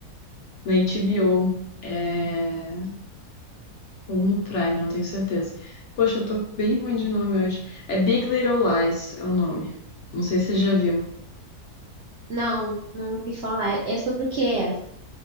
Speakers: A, on the left; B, on the right.
A: na HBO. É... Ou no Prime, não tenho certeza. Poxa, eu tô bem ruim de nome hoje. É Big Little Lies, é o nome. Não sei se você já viu.
B: Não, não ouvi falar. É sobre o que é essa?